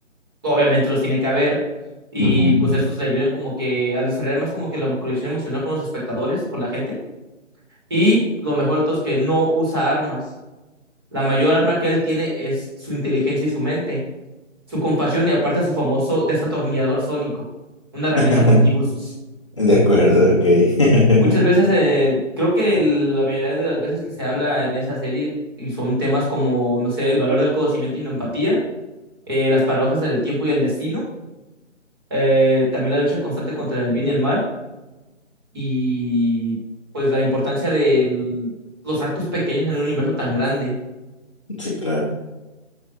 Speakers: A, on the right (about 20°); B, on the left (about 25°).
A: obviamente los tiene que haber. Y
B: Ujú.
A: pues estos le ayudan como que a desarrollar más como que la conexión emocional con los espectadores o con la gente. Y lo mejor de todo es que no usa armas. La mayor arma que él tiene es su inteligencia y su mente, su compasión y aparte su famoso desatornillador sónico, una herramienta
B: <laughs>
A: multiusos.
B: De acuerdo, ok.
A: Muchas
B: <laughs>
A: veces, eh, creo que la mayoría de las veces que se habla en esa serie y son temas como, no sé, el valor del conocimiento y la empatía, eh, las paradojas del tiempo y el destino, eh, también la lucha constante contra el bien y el mal y pues la importancia de los actos pequeños en un universo tan grande.
B: Sí, claro.